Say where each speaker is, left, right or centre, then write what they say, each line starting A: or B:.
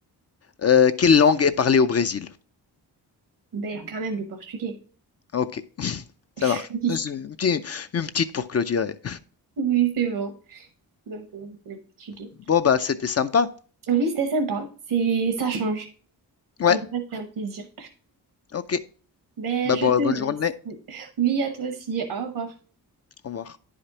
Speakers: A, on the left (about 40°); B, on the right (about 75°).
A: euh, quelle langue est parlée au Brésil?
B: Ben quand même le portugais.
A: Ok,
B: <laughs>
A: ça marche. C'est Une petite, une petite pour clôturer.
B: Oui, oui, c'est bon. Donc euh, c'est le portugais.
A: Bon bah c'était sympa.
B: Oui, c'était sympa. C'est, ça change.
A: Ouais,
B: En tout cas, c'était un plaisir.
A: ok.
B: Ben
A: Bah
B: je
A: bon,
B: te
A: bonne
B: laisse.
A: journée.
B: Oui, à toi aussi. Au revoir.
A: Au revoir.